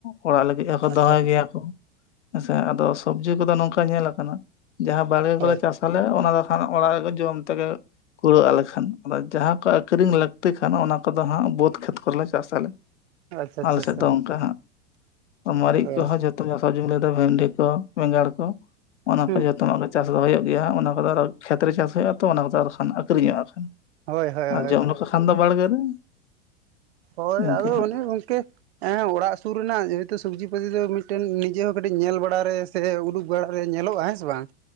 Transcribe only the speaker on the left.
ᱚᱲᱟᱜ ᱞᱟᱜᱤᱫ ᱟᱨ ᱠᱚ
ᱫᱚᱦᱚᱭ ᱜᱮᱭᱟ ᱠᱚ ᱦᱮᱸᱥᱮ ᱟᱫᱚ ᱥᱚᱵᱽᱡᱤ ᱠᱚᱫᱚ ᱱᱚᱝᱠᱟ ᱧᱮᱞ ᱟᱠᱟᱱᱟ ᱡᱟᱦᱟᱸ ᱵᱟᱲᱜᱮ
ᱠᱚᱞᱮ ᱪᱟᱥ ᱛᱟᱦᱞᱮ ᱚᱱᱟ ᱫᱚ ᱠᱷᱟᱱ ᱚᱲᱟᱜ ᱨᱮ ᱜᱮ ᱡᱚᱢ ᱛᱮ ᱜᱮ ᱠᱩᱲᱟᱹᱜ ᱟᱞᱮᱠᱷᱟᱱ ᱟᱫᱚ ᱡᱟᱦᱟᱸ ᱠᱚ ᱟᱠᱷᱨᱤᱧ ᱞᱟᱠᱛᱤ ᱠᱷᱟᱱ ᱚᱱᱟ ᱠᱚᱫᱚ ᱦᱟᱸᱜ ᱵᱟᱹᱫᱽ ᱠᱷᱮᱛ ᱠᱚᱨᱮ ᱞᱮ ᱪᱟᱥᱟ ᱞᱮ᱾
ᱟᱞᱮ
ᱥᱮᱫ ᱫᱚ ᱚᱝᱠᱟ ᱦᱟᱸᱜ ᱢᱟᱨᱤᱜ
ᱠᱚᱦᱚᱸ ᱡᱚᱛᱚ ᱜᱮ ᱦᱚᱡ ᱢᱩᱞᱟᱹᱫᱚ ᱵᱷᱮᱱᱰᱤ ᱠᱚ ᱵᱮᱸᱜᱟᱲ ᱠᱚ ᱚᱱᱟ
ᱠᱚ ᱡᱚᱛᱚᱢᱟᱜ ᱜᱮ ᱪᱟᱥ ᱫᱚ ᱦᱩᱭᱩᱜ ᱜᱮᱭᱟ ᱚᱱᱟ ᱠᱚᱫᱚ ᱟᱨ ᱠᱷᱮᱛ ᱨᱮ ᱪᱟᱥ ᱦᱩᱭᱩᱜᱼᱟ ᱛᱚ ᱚᱱᱟ ᱠᱚᱫᱚ ᱥᱟᱱ ᱟᱠᱷᱨᱤᱧᱚᱜᱼᱟ ᱥᱟᱱ
ᱟᱨ
ᱡᱚᱢ ᱥᱚᱥᱟᱱ ᱫᱚ ᱵᱟᱲᱜᱮ ᱨᱮ
ᱤᱱᱠᱟᱹ
ᱦᱟᱸᱜ